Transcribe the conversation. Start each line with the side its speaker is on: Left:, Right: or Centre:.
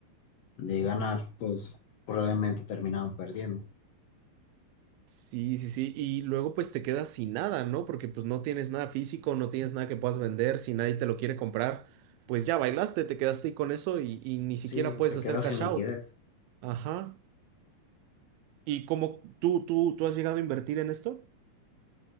Left: de ganar, pues probablemente terminaban perdiendo.
Right: Sí, sí, sí. Y luego pues te quedas sin nada, ¿no? Porque pues no tienes nada físico, no tienes nada que puedas vender, si nadie te lo quiere comprar, pues ya bailaste, te quedaste ahí con eso y, y ni siquiera
Left: Sí,
Right: puedes
Left: se
Right: hacer
Left: queda
Right: cash
Left: sin liquidez.
Right: out. Ajá. ¿Y cómo tú, tú, tú has llegado a invertir en esto?